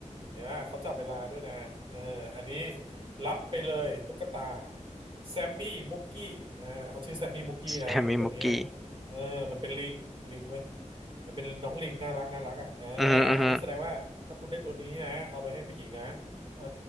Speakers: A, on the right (about 40°); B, in the centre.
A: เห็นไหมเขาจับเวลาด้วยนะเอออันนี้รับไปเลยตุ๊กตาแซมมี่มุกกี้อ่าเขาชื่อแซมมี่มุกกี้นะไอตัวเนี้ย
B: แฮมมี่มุกกี้
A: เออมันเป็นลิงลิงเว้ยมันเป็นน้องลิงน่ารักน่ารักอ่ะอ่า
B: อือฮึอือฮึ
A: อันนี้แสดงว่าถ้าคุณได้ตัวนี้นะเอาไปให้ผู้หญิงนะเอา